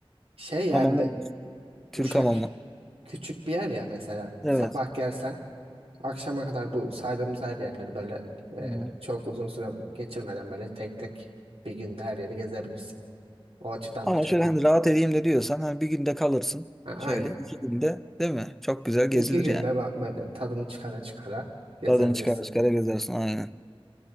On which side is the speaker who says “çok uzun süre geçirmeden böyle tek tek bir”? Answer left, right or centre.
Right